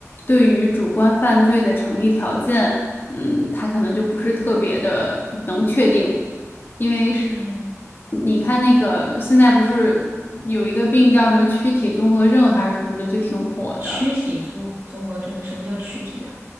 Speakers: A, on the left; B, on the right.
A: 对于主观犯罪的成立条件，嗯，他可能就不是特别的能确定，因为是
B: 嗯，
A: 你看那个现在不是有一个病叫什么躯体综合症还是什么的，就挺火的。
B: 躯体综综合症，什么叫躯体呀、